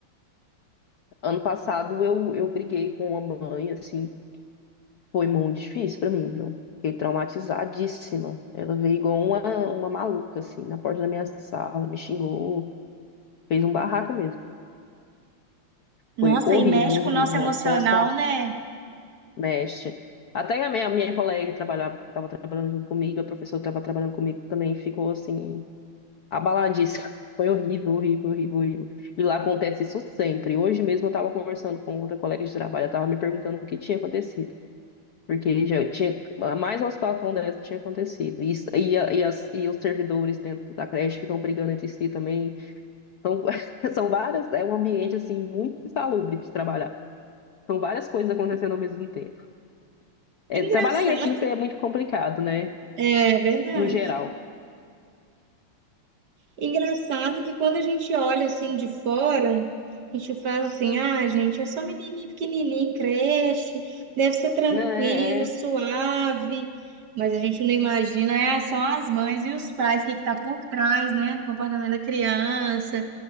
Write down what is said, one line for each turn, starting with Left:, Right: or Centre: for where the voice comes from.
Left: Ano passado eu, eu briguei com uma mãe, assim, Foi muito difícil pra mim, viu? Fiquei traumatizadíssima. Ela veio igual uma, uma maluca, assim, na porta da minha sala, me xingou, fez um barraco mesmo.
Right: Nossa,
Left: Foi horrível,
Right: e mexe
Left: horrível.
Right: com o nosso emocional,
Left: Nossa, são as situações
Right: né?
Left: situação mexe. Até a minha, minha colega que trabalhava, estava trabalhando junto comigo, a professora que estava trabalhando comigo também ficou, assim, abaladíssima. <laughs> Foi horrível, horrível, horrível, horrível. E lá acontece isso sempre. Hoje mesmo eu estava conversando com outra colega de trabalho, ela estava me perguntando o que tinha acontecido. Porque já tinha mais uma situação dessa tinha acontecido. E, isso- e, a- e as, e os servidores dentro da creche ficam brigando entre si também. São, <laughs> são várias, é um ambiente assim muito insalubre de trabalhar. São várias coisas acontecendo ao mesmo tempo. É,
Right: Engraçado.
Left: trabalhar em equipe é muito complicado, né?
Right: É verdade.
Left: No geral.
Right: Engraçado que quando a gente olha assim de fora, a gente fala assim: ah, gente, é só menininho pequenininho, creche, deve ser tranquilo,
Left: É, é.
Right: suave. Mas a gente não imagina, é, são as mães e os pais, o que que tá por trás, né, do comportamento da criança.